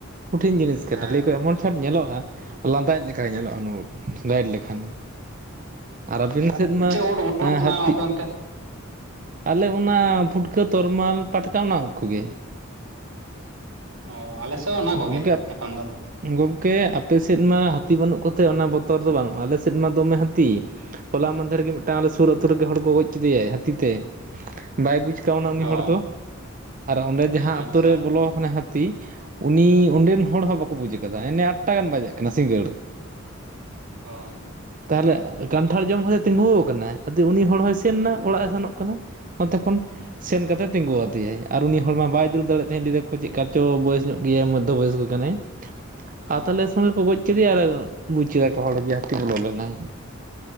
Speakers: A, on the right; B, on the right.
A: ᱠᱚᱴᱷᱤᱱ ᱡᱤᱱᱤᱥ ᱠᱟᱱᱟ
B: ᱦᱮᱸ
A: ᱞᱟᱹᱭ ᱠᱚ ᱮᱢᱚᱱ ᱪᱷᱟᱴ ᱧᱮᱞᱚᱜᱼᱟ ᱞᱟᱸᱫᱟᱭ ᱞᱮᱠᱟ ᱧᱮᱞᱚᱜᱼᱟ ᱱᱚᱼᱟ ᱩᱫ ᱞᱟᱹᱤᱴ ᱞᱮᱠᱷᱟᱱ ᱟᱨ ᱟᱹᱵᱤᱱ
B: ᱛᱟᱦᱚᱞᱮ
A: ᱥᱮᱫ
B: ᱪᱮᱫ
A: ᱢᱟ
B: ᱪᱮᱫ ᱩᱫ ᱚᱢᱚᱱᱚᱜ ᱠᱟᱱᱟ
A: ᱦᱟᱹᱛᱤ
B: ᱟᱯᱮ ᱚᱱᱛᱮ?
A: ᱟᱞᱮ ᱚᱱᱟ ᱯᱷᱩᱴᱠᱟᱹ ᱛᱚᱨᱢᱟᱞ ᱯᱟᱴᱠᱟ ᱚᱱᱟ ᱩᱫ ᱠᱚᱜᱮ
B: ᱚᱻ ᱟᱞᱮ ᱥᱮᱫ ᱦᱚᱸ ᱚᱱᱟ ᱠᱚᱜᱮ
A: ᱜᱚᱢᱠᱮ
B: ᱮᱠᱷᱚᱱ ᱫᱚ
A: ᱜᱚᱝᱠᱮ ᱟᱯᱮ ᱥᱮᱫ ᱢᱟ ᱦᱟᱹᱛᱤ ᱵᱟᱹᱱᱩᱜ ᱠᱚᱛᱮ ᱚᱱᱟ ᱵᱚᱛᱚᱨ ᱫᱚ ᱵᱟᱹᱱᱩᱜᱼᱟ ᱟᱞᱮ ᱥᱮᱫ ᱢᱟ ᱫᱚᱢᱮ ᱦᱟᱹᱛᱤ ᱦᱚᱞᱟ ᱢᱟᱦᱫᱷᱮᱨ ᱨᱮᱜᱮ ᱢᱤᱫᱴᱟᱝ ᱟᱞᱮ ᱥᱩᱨ ᱟᱹᱛᱩ ᱨᱮᱜᱮ ᱦᱚᱲ ᱠᱚ ᱜᱚᱡ ᱠᱮᱫᱮᱭᱟ ᱦᱟᱹᱛᱤᱛᱮ ᱵᱟᱭ ᱵᱩᱡᱽ ᱠᱮᱫ ᱪᱠᱟᱣᱱᱟ ᱩᱱᱤ
B: ᱚ
A: ᱦᱚᱲ ᱫᱚ ᱟᱨ ᱚᱸᱰᱮ ᱡᱟᱦᱟᱸ
B: ᱟᱪᱪᱷᱟ
A: ᱟᱛᱳ ᱨᱮ ᱵᱚᱞᱚ ᱟᱠᱟᱱᱟᱭ ᱦᱟᱹᱛᱤ ᱩᱱᱤ ᱚᱸᱰᱮᱱ ᱦᱚᱲ ᱦᱚᱸ ᱵᱟᱠᱚ ᱵᱩᱡ ᱠᱟᱫᱟ ᱮᱱᱮ ᱟᱴ ᱴᱟ ᱜᱟᱱ ᱵᱟᱡᱟᱣ ᱠᱟᱱᱟ ᱥᱤᱸᱜᱟᱹᱲ
B: ᱚ
A: ᱛᱟᱦᱚᱞᱮ ᱠᱟᱱᱴᱷᱟᱲ ᱡᱚᱢ ᱠᱟᱛᱮ ᱛᱤᱸᱜᱩᱣ ᱟᱠᱟᱱᱟᱭᱼᱟ ᱩᱱᱤ ᱦᱚᱲ ᱦᱚᱭ ᱥᱮᱱ ᱮᱱᱟ ᱚᱲᱟᱜ ᱮ ᱥᱮᱱᱚᱜ ᱠᱟᱱᱟᱭ ᱱᱚᱛᱮ ᱠᱷᱚᱱ ᱥᱮᱱ ᱠᱟᱛᱮᱜ ᱛᱤᱸᱜᱩ
B: ᱚ
A: ᱟᱫᱮᱭᱟ ᱟᱨ ᱩᱱᱤ ᱦᱚᱲ ᱢᱟ ᱵᱟᱭ ᱫᱟᱹᱲ ᱛᱟᱦᱮᱸᱫ ᱞᱟᱹᱭ ᱫᱟᱠᱚ ᱪᱮᱫ ᱪᱚ ᱵᱚᱭᱮᱥ ᱧᱚᱜ ᱜᱮᱭᱟ ᱢᱚᱫᱽᱫᱚ ᱵᱚᱭᱮᱥ ᱠᱚ ᱠᱟᱱᱟᱭ
B: ᱚ
A: ᱟᱨ ᱛᱟᱦᱚᱞᱮ ᱥᱚᱸᱜᱮ ᱠᱚ ᱜᱚᱡ ᱠᱮᱫᱮᱭᱟ ᱟᱨ ᱵᱩᱡᱽ ᱠᱮᱫᱟ ᱠᱚ ᱦᱚᱲ ᱡᱮ ᱦᱟᱹᱛᱤ ᱵᱚᱞᱚ ᱞᱮᱱᱟᱭ